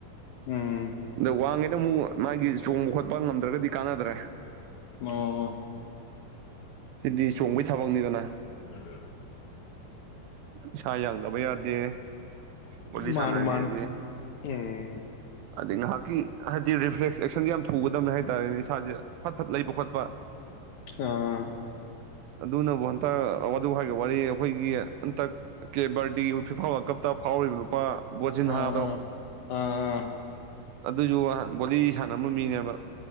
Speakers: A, on the left (about 65°); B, on the right (about 80°).
A: ꯎꯝ
B: ꯑꯗ ꯋꯥꯡꯉꯦꯗ ꯑꯃꯨꯛ ꯃꯥꯒꯤ ꯆꯣꯡꯕ ꯈꯣꯠꯄ ꯉꯝꯗ꯭ꯔꯒꯗꯤ ꯀꯥꯟꯅꯗ꯭ꯔꯦ
A: ꯑꯣ
B: ꯁꯤꯗꯤ ꯆꯣꯡꯕꯩ ꯊꯕꯛꯅꯤꯗꯅ
A: <unintelligible>
B: ꯏꯁꯥ ꯌꯥꯡꯗꯕ ꯌꯥꯗꯦ ꯕꯣꯂꯤ
A: ꯃꯥꯅꯦ
B: ꯁꯥꯟꯅꯒꯦꯗꯤ
A: ꯃꯥꯅꯦ ꯎꯝ
B: ꯑꯗꯩ ꯉꯥꯏꯍꯥꯛꯀꯤ ꯍꯥꯏꯗꯤ ꯔꯤꯐ꯭ꯂꯦꯛꯁ ꯑꯦꯛꯁꯟꯖꯦ ꯌꯥꯝ ꯊꯨꯒꯗꯕꯅꯦ ꯍꯥꯏ ꯇꯔꯦꯅꯦ ꯏꯁꯥꯁꯦ ꯐꯠ ꯐꯠ ꯂꯩꯕ ꯈꯣꯠꯄ
A: ꯑꯥ
B: ꯑꯗꯨꯅꯕꯨ ꯍꯟꯇꯛ ꯑ ꯋꯥꯗꯨ ꯍꯥꯏꯒ ꯋꯥꯔꯤ ꯑꯩꯈꯣꯏꯒꯤ ꯍꯟꯇꯛ ꯀꯦꯕꯔꯗꯤ ꯐꯤꯐꯥ ꯋꯥꯔꯜ ꯀꯞꯇ ꯐꯥꯎꯔꯤꯕ ꯅꯨꯄꯥ ꯕꯣꯠꯖꯤꯟ
A: ꯑꯥ
B: ꯍꯥꯗꯣ
A: ꯑꯥ ꯑꯥ
B: ꯑꯗꯨꯁꯨ ꯍꯥꯟ ꯕꯣꯂꯤ ꯁꯥꯟꯅꯔꯝꯕ ꯃꯤꯅꯦꯕ